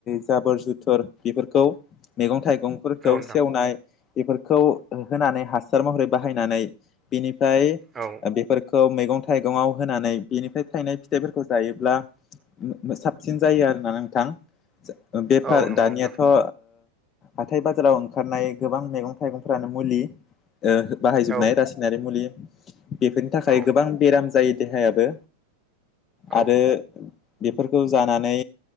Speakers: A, on the left; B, on the right.
A: जाबोर जुथुर बेफोरखौ मैगं-थाइगंफोरखौ
B: औ
A: सेवनाय
B: नोंथां
A: बेफोरखौ होनानै हासार महरै बाहायनानै बिनिफ्राय
B: औ
A: बेफोरखौ मैगं-थाइगंआव होनानै बेनिफ्राय थायनाय फिथाइफोरखौ जायोब्ला साबसिन जायो आरोना नोंथां बेफार
B: औ नंगौ
A: दानियाथ'
B: नोंथां
A: ओ हाथाय बाजाराव ओंखारनाय गोबां मैगं-थाइगंफ्रानो मुलि ओ बाहायजोबनाय
B: औ
A: रासायनारि मुलि बेफोरनि थाखाय
B: औ
A: गोबां बेराम जायो देहायाबो
B: औ
A: आरो बेफोरखौ जानानै